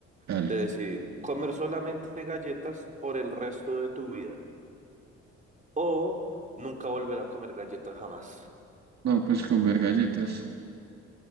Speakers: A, on the right; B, on the right.
A: dale.
B: de decidir. ¿Comer solamente galletas por el resto de tu vida? ¿O nunca volver a comer galletas jamás?
A: No, pues comer galletas.